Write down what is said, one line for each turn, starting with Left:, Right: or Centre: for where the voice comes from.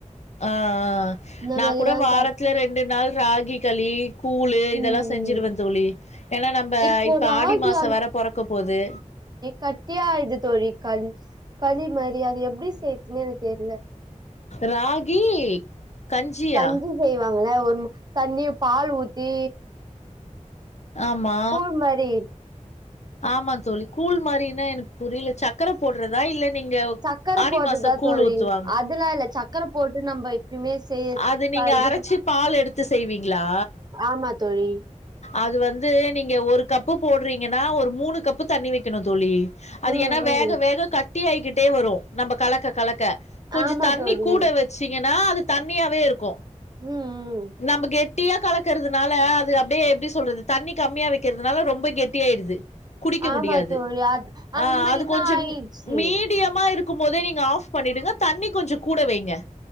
Left: ஆ ஆ
Right: இந்த
Left: நா
Right: மாரிதா
Left: கூட வாரத்துல
Right: சாப்
Left: ரெண்டு நாள் ராகி கலி கூளு
Right: ம்
Left: இதெல்லா செஞ்சுருவ
Right: ம்
Left: தோழி ஏன்னா நம்ப
Right: இப்போ
Left: இப்ப
Right: ராகி
Left: ஆடி மாசோ வேற பொறக்க போது
Right: கட்டியாயிருது தோழி கல் களி மாரி அத எப்டி செய்யிருதுன் எனக்கு தெர்ல
Left: ராகி கஞ்சியா
Right: கஞ்சி செய்வா ங்கள ஒரு தண்ணி பால் ஊத்தி
Left: ஆமா
Right: கூழ் மாரி
Left: ஆமா தோழி கூழ் மாரினா எனக்கு புரியில சக்கர போடுறதா இல்ல நீங்க
Right: சக்கர
Left: ஆடி
Right: போறதா
Left: மாச கூழ்
Right: தோழி
Left: ஊத்துவாங்க
Right: அதல்லா இல்ல சக்கர போட்டு நம்ம எப்பயுமே செய்
Left: அது நீங்க
Right: இது
Left: அரைச்சு பால் எடுத்து செய்வீங்களா
Right: ஆமா தோழி
Left: அது வந்து நீங்க ஒரு கப்பு போட்றீங்கனா ஒரு மூணு கப்பு தண்ணி வக்கெணு தோழி அது
Right: ம்
Left: ஏனா
Right: ம்
Left: வேக வேக க ட்டியாய்கிட்டே வரு நம்ப கலக்க கலக்க கொஞ்ச
Right: ஆமா
Left: தண்ணி
Right: தோழி
Left: கூட வச்சீங்கனா அது தண்ணியாவே இருக்கு
Right: ம் ம்
Left: நம்ம கெ ட்டியா கலக்குறதுனால அது அ ப்டே எப்டி சொல்றது தண்ணி கம்மியா வக்கிறதுனால ரொம்ப கெட்டியாயிடுது குடிக்க
Right: ஆமா
Left: முடியாது
Right: தோழி அத் அந்த
Left: ஆ
Right: மாரிதான்
Left: அது கொஞ்சம்
Right: ஆயிடுச்சு
Left: மீடியமா இருக்கும் போதே நீங் க ஆஃப் பண்ணிடுங்க தண்ணி கொஞ்ச கூட வைங்க